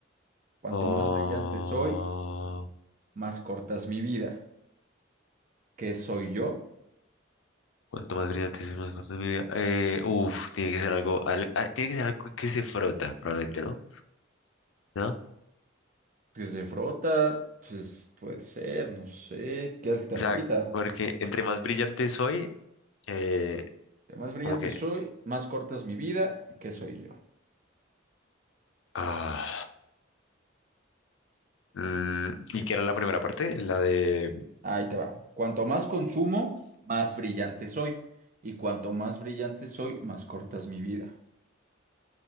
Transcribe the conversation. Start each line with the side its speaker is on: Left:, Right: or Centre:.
Right: Cuanto
Left: Oh,
Right: más brillante soy, más cortas mi vida. ¿Qué soy yo?
Left: cuánto más brillante es más corto de mi vida. Eh, uf, tiene que ser algo, al- ah, tiene que ser algo que se frota, probablemente, ¿no? ¿No?
Right: Pues de frota, pues puede ser, no sé. ¿Quieres que te
Left: O
Right: repita?
Left: sea, porque entre más brillante soy, eh,
Right: Cuanto más brillante
Left: como que,
Right: soy, más cortas mi vida. ¿Qué soy yo?
Left: ah, mm, ¿y qué era la primera parte? La de,
Right: Ahí te va. Cuanto más consumo, más brillante soy. Y cuanto más brillante soy, más corta es mi vida.